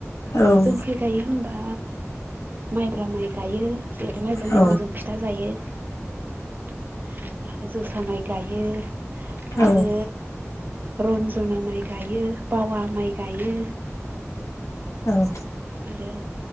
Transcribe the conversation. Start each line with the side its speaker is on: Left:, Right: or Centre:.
Left: औ औ
Right: जोंनिखै गायो होनबा माइब्रा माइ गायो जिहेथु माइब्रा माइजों
Left: औ
Right: जों फिथा जायो आरो जोसा माइ गायो
Left: औ
Right: आरो रनज'ना माइ गायो बावा माइ गायो
Left: औ
Right: आरो